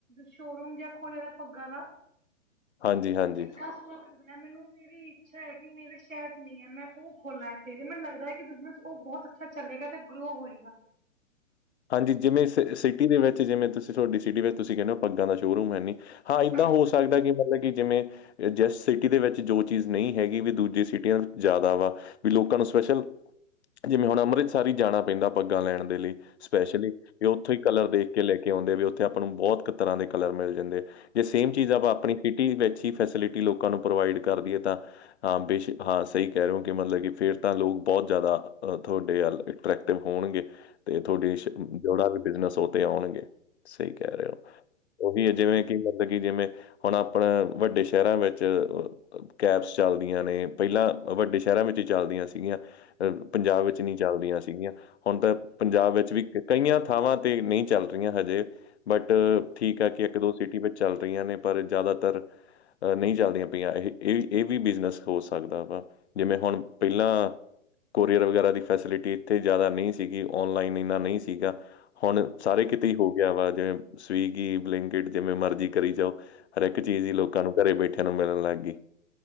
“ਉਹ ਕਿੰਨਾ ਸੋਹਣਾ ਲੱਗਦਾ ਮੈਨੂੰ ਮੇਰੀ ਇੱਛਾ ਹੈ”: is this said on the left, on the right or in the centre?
Right